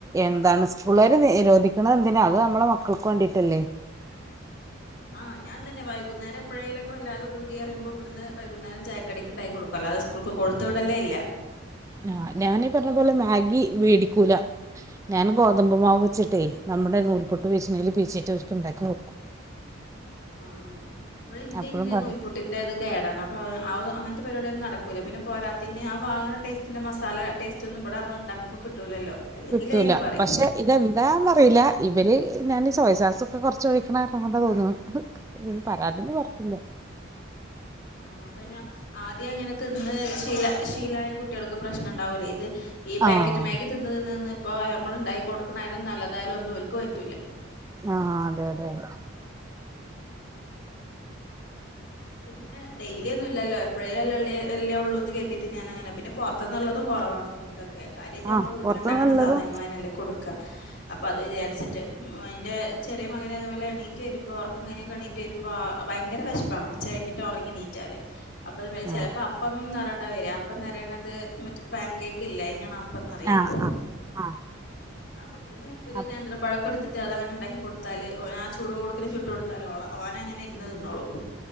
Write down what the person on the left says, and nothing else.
അ അ ഞാൻ തന്നെ വൈകുന്നേരം എപ്പോഴേലോക്കെ വല്ലാതെപൂതിപറയുമ്പോ ഇവിടുന്ന് വൈകുന്നരം ചായക്കടിക്ക് ഉണ്ടാക്കി കൊടുക്കു അല്ലതെ സ്കൂൾ. കൊടുത്തുവിടലേ ഇല്ലാ
ആ <unintelligible>
നൂൽപുട്ടിന്റെ അത് കേടാണ് അപ്പൊ <unintelligible> <unintelligible> പരിപാടിയും നടക്കൂല പിന്നെ പോരാ പിന്നെ ആ വാങ്ങണ ടേസ്റ്റിന്റെ മസാല ടേസ്റ്റ് ഒന്നും ഇവിടെ നമ്മൾ ഇണ്ടാക്കുമ്പോ കിട്ടൂലല്ലോ. അല്ലെങ്കിൽ
അയിന് പറയും
<inaudible> ആ അതന്നാ ആദ്യം അങ്ങനെ തിന്ന് ശീല ശീലായ കുട്ടികൾക്ക് പ്രശ്നം ഉണ്ടാവൂലേ ഇത്. ഈ പാക്കറ്റ്
മാഗിതിന്ന് തിന്ന് തിന്ന് തിന്ന് ഇപ്പോ നമ്മൾ ഉണ്ടാക്കി കൊടുക്കണാലും നല്ലതായാലും ഒന്നും ഒൽക്കും. <unintelligible>
പിന്നെ ഡെയിലി ഒന്നും ഇല്ലല്ലോ <unintelligible> ഉള്ളൂന്ന് കേട്ടീട്ട് ഞാനങ്ങനെ പിന്നെ പുറത്തന്നുള്ളതും കുറവാണ് ഫുഡൊക്കെ. കാര്യായിട്ട് നമ്മള്
വീട്ടിലിണ്ടാക്കണ
സാധനങ്ങൾതന്നല്ലേ കൊടുക്കാ അപ്പൊ അത് വിചാരിച്ചിട്ട് ആ എൻ്റെ ചെറിയ മകന് അതേപോലെ എണീറ്റ് വരുമ്പോൾ ഉറക്കം കഴിഞ്ഞൊക്കെ എണീറ്റ് വരുമ്പോ ഭയങ്കര വിശപ്പാണ്. <unintelligible> കഴിഞ്ഞിട്ട് ഉറങ്ങി നീറ്റാല് അപ്പ അത് ചിലപ്പോ
അപ്പംന്ന് പറ <unintelligible> അപ്പന്ന് അറിയണത് മറ്റ പാൻ കേക്ക് ഇല്ലേ അയ്നാണ്
<unintelligible>
അപ്പൊ പിന്നെ ഒരു
നേന്ത്രപ്പഴൊക്കെ എടുത്തിട്ട്. അതങ്ങനെ ഉണ്ടാക്കി കൊടുത്താല് ഓൻ ആ ചൂട് ഓട്ക്കനെ ചുട്ട് കൊടുത്താലോള ഓൻ അങ്ങനെ ഇന്ന് തിന്നോളും.